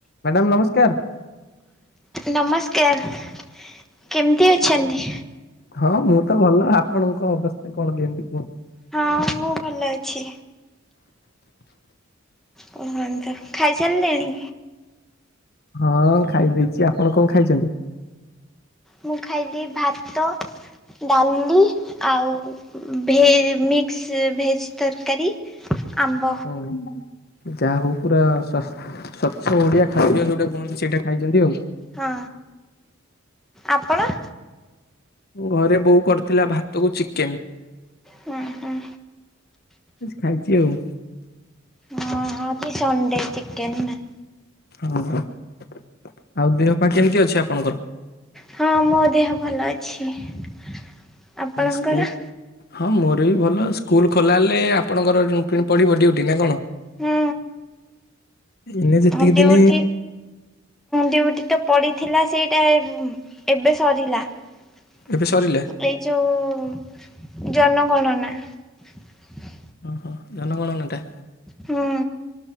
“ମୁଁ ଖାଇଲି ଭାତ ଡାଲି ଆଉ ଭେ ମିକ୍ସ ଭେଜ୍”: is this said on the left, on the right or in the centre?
Centre